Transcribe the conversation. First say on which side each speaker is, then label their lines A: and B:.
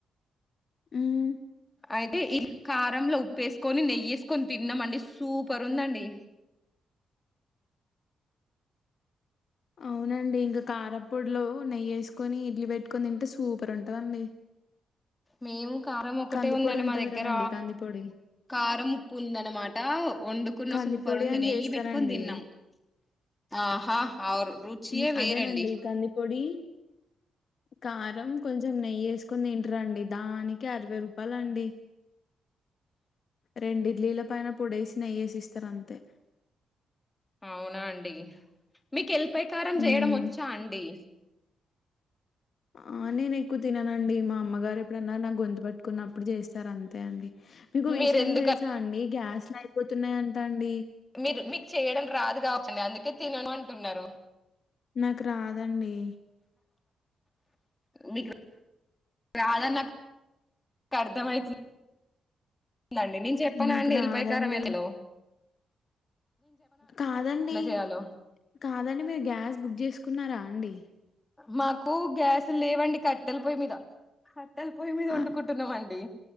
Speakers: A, on the left; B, on the left.
A: ఉమ్
B: ఆయి ఈ కారంంలో ఉప్పేసుకొని నెయ్యేసుకొని తిన్నామ అండి సూపర్ ఉందండి
A: అవునండి ఇంకా కారపొడిలో నెయ్యి వేసుకొని ఇడ్లీ పెట్టుకొని తింటే సూపర్ ఉంటదండి
B: మేము కారం ఒకటే
A: కందిపొడి
B: ఉందండి
A: ఉంటది
B: మా దగ్గర
A: కదండి కందిపొడి
B: కారం ఉప్పు ఉంద అనమాట వండుకున్న
A: కందిపొడి
B: సూపర్ ఉంది
A: అని
B: నెయ్యి
A: చేస్తారండి
B: పెట్టుకొని తిన్నాము ఆహా ఆరు రుచియే
A: మ్మ్,
B: వేరండి
A: అదేనండి కందిపొడి కారం కొంచెం నెయ్యి వేసుకొని తింట రండి దానికి అరవై రూపాయల అండి రెండిడ్లీల పైన పొడేసి నెయ్యేసిస్తార్ అంతే
B: అవునా అండి మీకు ఎల్పకారం
A: మ్మ్,
B: చేయడం వచ్చా అండి
A: అ ఆ నేను ఎక్కువ తిననండి మా అమ్మగారు ఎప్పుడన్నారు నా గొంతు పట్టుకున్నప్పుడు చేస్తారు అంతే అండి మీకు
B: మీరు
A: విషయం
B: ఎందుక
A: తెలుసా అండి గ్యాస్లు అయిపోతున్నాయి అంటా అండి
B: మీరు మీకు చేయడం రాదు కాబట్ండి అందుకే తినను అంటున్నారు
A: నాకు రాదండి
B: మీకు రా రాదని నాకు అర్థంమవుతుంది లండి నేను చెప్పానా
A: నాకు
B: అండి
A: రాదండి
B: ఎలిపైకారం ఎలో
A: కాదండి
B: చేయాలో
A: కాదండి మీరు గ్యాస్ బుక్ చేసుకున్నారా అండి
B: మాకు గ్యాస్ లేవండి కట్టెలి పోయి మీద కట్టెల పొయ్యి మీద వండుకుంటున్నామ
A: అ
B: అండి